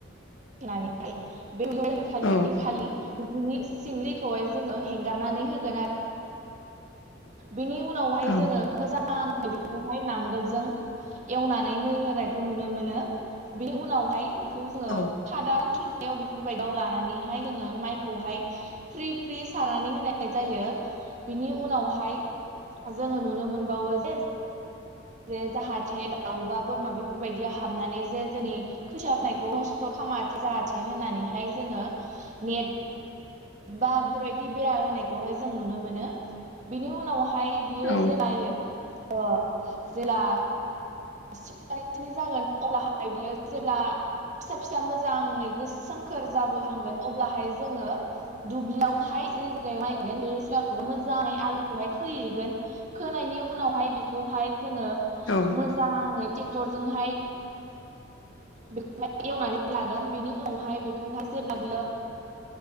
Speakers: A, on the right (about 40°); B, on the left (about 80°).
A: नानैहाय <unintelligible>
B: औ
A: इखालि बिनि सिमलिखौहाय जोङो हेंगारनानै होगोन आरो बिनि उनावहाय
B: औ
A: जोङो मोजाङै बेखौहाय नांगोलजों एवनानै मै होनायखौ नुनो मोनो बे उनावहाय बेखौ जोङो
B: औ
A: खादा खिरनायायाव बेफोरबायदियाव लानानैहाय जोङो माइखौहाय फ्रि फ्रि सारनानै होनाय जायो बिनि उनावहाय जोङो नुनो मोनबावो जे जे जाहाथे दाउ बा बोरमा बेफोरबायदिया हाबनानै जे जोंनि <unintelligible> नस्थ' खालामाथे जायाथे होननानैहाय जोङो नेट बा बेफोरबायदि बेरा होनायखौहाय जों नुनो मोनो बेनि उनावहाय बियो
B: औ
A: जे बायो ओ जेला <unintelligible> जागोन अब्लाहाय बियो जेब्ला फिसा फिसा मोजाङै गो सोमखोर जाबोहांगोन अब्लाहाय जोङो दुब्लियावहाय जे जायगायाव नायगोन बे जायगाखौबो मोजाङै आलिखौहाय खोहैगोन खोनायनि उनावहाय बेखौहाय जोङो
B: औ
A: मोजाङै ट्रेक्टरजोंहाय बेखौहाय एवनानै लागोन बेनि उनावहाय बेखौहाय जेब्ला बियो